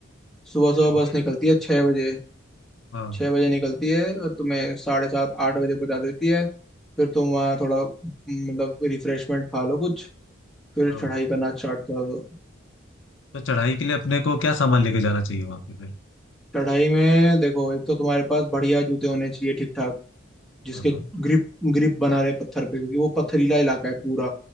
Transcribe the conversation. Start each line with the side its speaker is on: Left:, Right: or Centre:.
Centre: सुबह सुबह
Left: सही
Centre: बस
Left: है यार
Centre: निकलती
Left: फिर तो
Centre: है छः बजे
Left: हाँ
Centre: छः बजे निकलती है और तुम्हें साढ़े सात आठ बजे पहुँचा देती है फिर तुम वहाँ थोड़ा म, मतलब रिफ्रेशमेंट खा लो कुछ फिर
Left: हाँ
Centre: चढ़ाई करना स्टार्ट कर दो
Left: तो चढ़ाई के लिए अपने को क्या सामान लेके जाना चाहिए वहां पे फिर
Centre: कढ़ाई में देखो एक तो तुम्हारे पास बढ़िया जूते होने चाहिए ठीक ठाक जिसके
Left: हाँ हाँ
Centre: ग्रिप ग्रिप बना रहे पत्थर पे क्योंकि वो पथरीला इलाका है पूरा